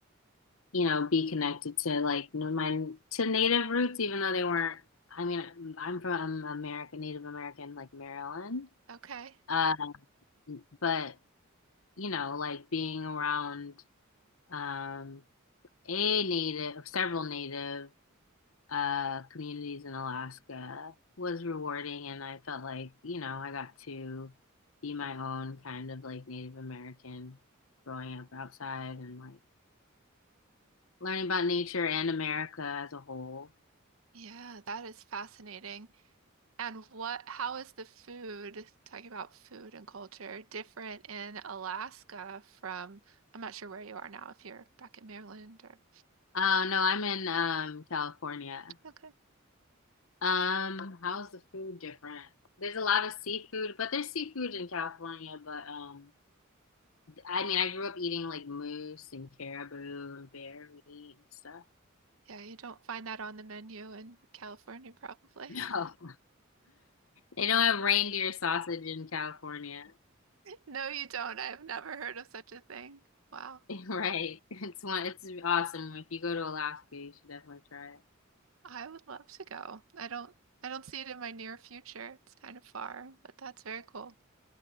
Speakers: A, on the left; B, on the right.
A: you know, be connected to like my to native roots, even though they weren't. I mean, I'm I'm from America, Native American, like Maryland.
B: Okay.
A: Um, but you know, like being around um, a native, several native uh, communities in Alaska was rewarding, and I felt like you know I got to be my own kind of like Native American growing up outside and like learning about nature and America as a whole.
B: Yeah, that is fascinating. And what, how is the food, talking about food and culture, different in Alaska from, I'm not sure where you are now, if you're back in Maryland or,
A: Uh, no, I'm in um California.
B: okay.
A: Um, how's the food different? There's a lot of seafood, but there's seafood in California, but um I mean I grew up eating like moose and caribou and bear meat and stuff. <laughs>
B: Yeah, you don't find that on the menu in California, probably.
A: No.
B: <laughs>
A: They don't have reindeer sausage in California. <laughs>
B: No, you don't. I have never heard of such a thing. Wow.
A: Right. It's one it's awesome. If you go to Alaska, you should definitely try it.
B: I would love to go. I don't, I don't see it in my near future. It's kind of far, but that's very cool.